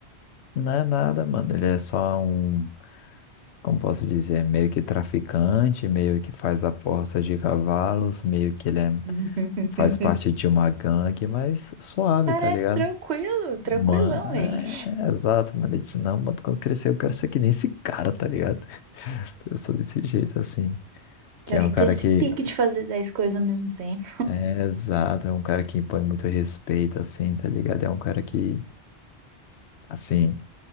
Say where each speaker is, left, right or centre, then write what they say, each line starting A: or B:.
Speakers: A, on the left; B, on the right.
A: Não é nada, mano. Ele é só um, como posso dizer, meio que traficante, meio que faz apostas de cavalos, meio que ele é...
B: <laughs>
A: faz parte de uma gangue, mas suave,
B: Parece
A: tá ligado?
B: tranquilo, tranquilão
A: Mano, é,
B: ele.
A: é, exato, mano. Ele disse, não, mano, quando crescer eu quero ser que nem esse cara, tá ligado? <laughs> Eu sou desse jeito, assim. Que
B: Quero
A: é um cara
B: ter esse
A: que
B: pique de fazer 10 coisas ao mesmo tempo.
A: É, exato, é um cara que impõe muito respeito, assim, tá ligado? É um cara que, assim,